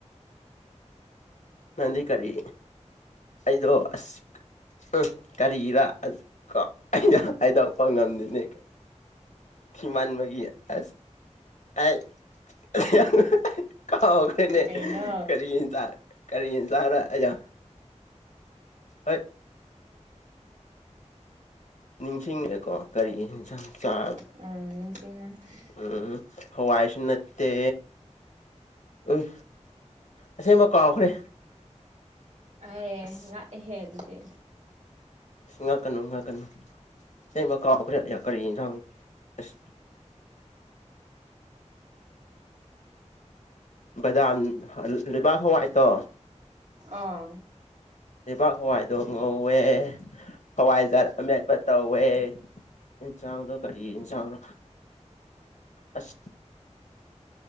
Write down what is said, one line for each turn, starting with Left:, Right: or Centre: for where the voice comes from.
Left: ꯅꯪꯗꯤ ꯀꯔꯤ ꯑꯩꯗꯣ ꯑꯁ ꯎ ꯀꯔꯤꯒꯤꯔ ꯀꯣ ꯑꯩꯅ ꯍꯥꯏꯗꯔꯛꯄ ꯉꯝꯗꯅꯦ ꯀꯃꯥꯟ ꯃꯒꯤ ꯑꯁ ꯑꯩ ꯌꯥꯝ ꯀꯥꯎꯈꯣꯏꯅꯦ
Right: ꯀꯩꯅꯣ
Left: ꯀꯔꯤꯒꯤꯗ ꯀꯔꯤꯅ ꯇꯥꯔ ꯑꯩꯖ ꯑꯩ ꯅꯤꯡꯁꯤꯡꯉꯦꯀꯣ ꯀꯔꯤꯟꯁꯥꯡ ꯆꯥ
Right: ꯑ
Left: ꯎꯝ ꯍꯋꯥꯏꯁꯨ ꯅꯠꯇꯦ ꯎꯏ ꯑꯁꯦꯡꯕ ꯀꯥꯎꯈ꯭ꯔꯦ
Right: ꯑꯦ
Left: ꯑꯁ
Right: ꯉꯥꯛꯑꯍꯦ ꯑꯗꯨꯗꯤ
Left: ꯑ ꯉꯥꯛꯀꯅꯨ ꯉꯥꯛꯀꯅꯨ ꯁꯤꯦꯡꯕ ꯀꯥꯎꯈ꯭ꯔꯦ ꯀꯔꯤ ꯌꯦꯟꯁꯥꯡ ꯑꯁ ꯕꯩꯗꯥꯝ ꯂꯩꯕꯥꯛ ꯍꯋꯥꯏꯇꯣ
Right: ꯑꯥ
Left: ꯂꯩꯕꯥꯛ ꯍꯋꯥꯏꯗꯣ ꯉꯧꯋꯦ ꯍꯋꯥꯏꯖꯥꯠ ꯑꯃꯦꯠꯄ ꯇꯧꯋꯦ ꯏꯟꯁꯥꯡꯗꯣ ꯀꯔꯤ ꯏꯟꯁꯥꯡꯅꯣ ꯑꯁ